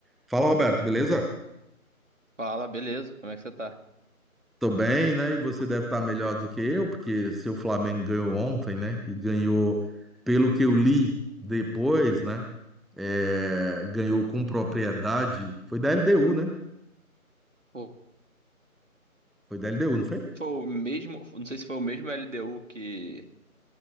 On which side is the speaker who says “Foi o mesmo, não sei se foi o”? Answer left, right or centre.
Right